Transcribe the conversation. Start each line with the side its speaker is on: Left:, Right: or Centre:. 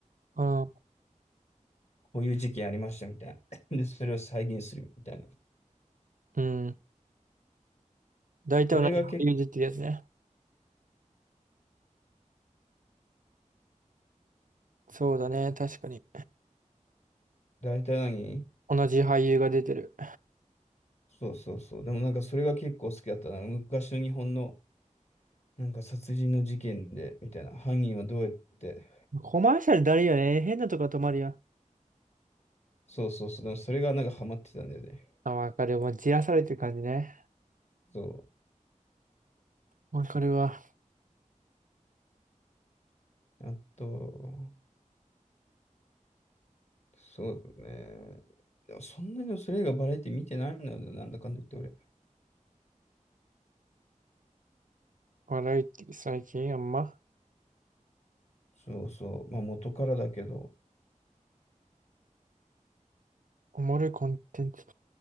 Right: うん。
Left: こういう事件ありましたみたいな。<laughs> で、それを再現するみたいな。
Right: うん。大体同じ俳優出てるやつね。
Left: それが結構、
Right: そうだね、確かに。
Left: 大体何
Right: 同じ俳優が出てる。
Left: そうそうそう。でもなんかそれが結構好きだったな。昔の日本のなんか殺人の事件で、みたいな。犯人はどうやって。
Right: コマーシャルだるいよね。変なとこ止まるやん。
Left: そうそうそう。でもそれがなんかハマってたんだよね。
Right: あ、わかる。もうじらされてる感じね。
Left: そ
Right: わかるわ。
Left: う。あと、そうだね。でもそんなにそれ以外バラエティ見てないんだよ。なんだかんだ言って俺。
Right: 笑いって最近あんま、
Left: そうそう。まあ元からだけど。
Right: おもろいコンテンツ。